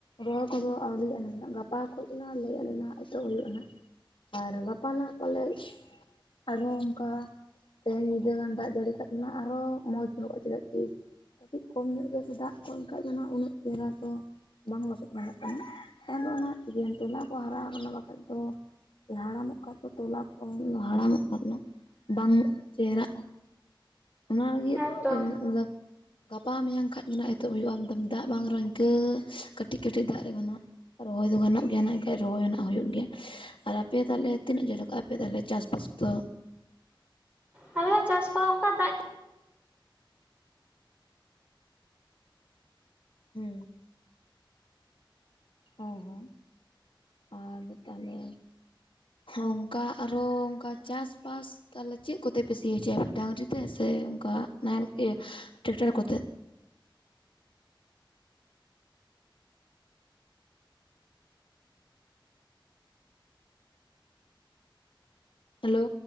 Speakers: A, on the left; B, on the right.
A: ᱨᱚᱭ ᱠᱚᱫᱚ ᱟᱹᱣᱨᱤᱟᱹᱭ ᱟᱞᱱᱟ ᱜᱟᱯᱟ ᱠᱷᱚᱱ ᱞᱟᱹᱭ ᱟ ᱞᱮᱱᱟ ᱮᱛᱚᱦᱚᱵ ᱦᱩᱭᱩᱜᱼᱟᱱᱟ ᱟᱨ ᱜᱟᱯᱟ ᱯᱟᱞᱮᱫ ᱟᱨᱦᱚᱸ ᱚᱱᱠᱟ ᱛᱮᱦᱮᱧ ᱧᱤᱫᱟᱹ ᱜᱟᱱ ᱫᱟᱜ ᱡᱟᱹᱲᱤ ᱠᱷᱟᱡ ᱫᱚ ᱟᱨᱚ ᱢᱚᱡᱽ ᱧᱚᱜᱚᱜᱼᱟ ᱪᱮᱫᱟᱜ ᱠᱤ ᱠᱟᱹᱴᱤᱡ ᱠᱚᱢ ᱧᱚᱜ ᱜᱮᱥ ᱫᱟᱜ ᱠᱚᱱᱠᱟᱱ ᱫᱚ ᱦᱜ ᱩᱱᱟᱹᱜ ᱪᱮᱦᱨᱟ ᱫᱚ ᱵᱟᱝ ᱞᱚᱥᱚᱫ ᱜᱟᱱᱚᱜ ᱠᱟᱱᱟ ᱮ ᱫᱚ ᱚᱱᱟ ᱡᱱ ᱴᱚᱞᱟ ᱠᱚ ᱦᱟᱨᱟ ᱠᱟᱱᱟ ᱵᱟᱠᱷᱟᱡ ᱫᱚ ᱦᱟᱲᱟᱢᱚᱜ ᱠᱷᱟᱡ ᱫᱚ ᱛᱚᱞᱟ ᱠᱚ ᱦᱟᱲᱟᱢᱚᱜ ᱵᱟᱝ ᱪᱮᱦᱨᱟᱜᱼᱟ ᱚᱱᱟ ᱞᱟᱹᱜᱤᱫ
B: ᱦᱮᱸ ᱛᱚ
A: ᱤᱭᱟ. ᱞᱟ. ᱠ ᱜᱟᱯᱟ ᱢᱮᱭᱟᱝ ᱠᱷᱟᱡ ᱜᱮᱱᱟᱜ ᱮᱛᱚᱦᱚᱵ ᱦᱩᱭᱩᱜᱼᱟ ᱮᱠᱫᱚᱢ ᱫᱟᱜ ᱵᱟᱝ ᱨᱮᱦᱚᱸ ᱤᱱᱠᱟᱹ ᱠᱟᱹᱴᱤᱡ ᱠᱟᱹᱴᱤᱡ ᱫᱟᱜ ᱨᱮ ᱜᱟᱱᱚᱜ ᱨᱚᱦᱚᱭ ᱫᱚ ᱜᱟᱱᱚᱜ ᱜᱮᱭᱟ ᱱᱟᱜ ᱨᱚᱦᱚᱭ ᱱᱟᱜ ᱦᱩᱭᱩᱜ ᱜᱮᱭᱟ ᱟᱨ ᱟᱯᱮ ᱛᱟᱦᱮ ᱛᱤᱱᱟᱹᱜ ᱡᱷᱟ. ᱞ ᱠᱟᱜᱼᱟ ᱟᱯᱮ ᱛᱟᱦᱚᱞᱮ ᱪᱟᱥ <unintelligible>
B: ᱟᱞᱮ ᱦᱚᱸᱚᱸ ᱪᱟᱥ ᱠᱚ ᱚᱱᱠᱟ ᱫᱟᱜ ᱜᱮ
A: ᱦᱩᱸ
B: ᱟ
A: ᱦᱚᱸ ᱦᱚᱸ
B: <unintelligible>
A: ᱟᱨ ᱛᱟᱦᱚᱞᱮ
B: ᱦ <unintelligible>
A: ᱚᱱᱠᱟ ᱟᱨᱦᱚ ᱚᱱᱠᱟ ᱪᱟᱥᱵᱟᱥ ᱛᱟᱦᱚᱞᱮ ᱪᱮᱫ ᱠᱚᱛᱮᱯᱮ ᱥᱤ ᱦᱚᱪᱚᱭᱟᱮ ᱰᱟᱝᱨᱤ ᱛᱮ ᱥᱮ ᱚᱱᱠᱟ ᱱᱟᱦᱮᱞ ᱛᱮ ᱴᱟᱠᱴᱟᱨ ᱠᱚᱛᱮ ᱦᱮᱞᱳ